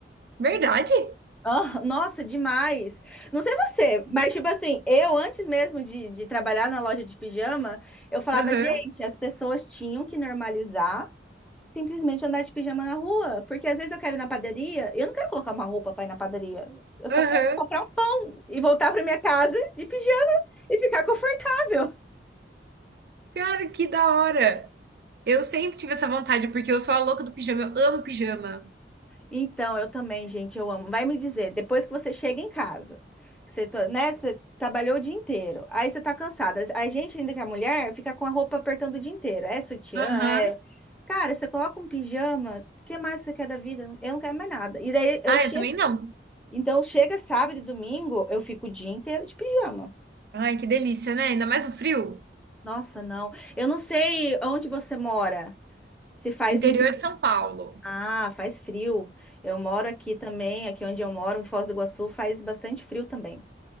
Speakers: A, on the right; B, in the centre.
A: Verdade?
B: Ah, nossa, demais. Não sei você, mas tipo assim, eu antes mesmo de, de trabalhar na loja de pijama, eu falava,
A: Aham.
B: gente, as pessoas tinham que normalizar simplesmente andar de pijama na rua, porque às vezes eu quero ir na padaria, eu não quero colocar uma roupa pra ir na padaria, eu só
A: Aham.
B: quero comprar um pão e voltar pra minha casa de pijama e ficar confortável.
A: Cara, que da hora! Eu sempre tive essa vontade, porque eu sou a louca do pijama. Eu amo pijama.
B: Então, eu também, gente, eu amo. Vai me dizer, depois que você chega em casa, você, to- né, você trabalhou o dia inteiro, aí você tá cansada. A gente, ainda que é mulher, fica com a roupa apertando o dia inteiro. É sutiã,
A: Aham.
B: é. Cara, você coloca um pijama, o que mais você quer da vida? Eu não quero mais nada. E daí eu
A: Ah,
B: chego.
A: eu também não.
B: Então, chega sábado e domingo, eu fico o dia inteiro de pijama.
A: Ai, que delícia, né? Ainda mais no frio.
B: Nossa, não. Eu não sei onde você mora. Se faz
A: Interior
B: muito.
A: de São Paulo.
B: Ah, faz frio. Eu moro aqui também, aqui onde eu moro, em Foz do Iguaçu, faz bastante frio também.